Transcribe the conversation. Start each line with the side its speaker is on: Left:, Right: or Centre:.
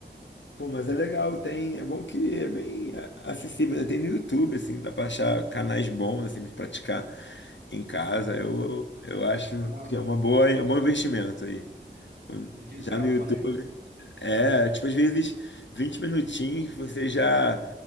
Left: Pô, mas é legal, tem, é bom que é bem a- acessível, né? Tem no YouTube, assim, dá pra achar canais bons, assim, de praticar em casa. Eu, eu acho
Right: Ah,
Left: que é uma boa, é um bom investimento aí.
Right: de
Left: Já
Right: tempo,
Left: no YouTube.
Right: né?
Left: É, tipo, às vezes 20 minutinhos você já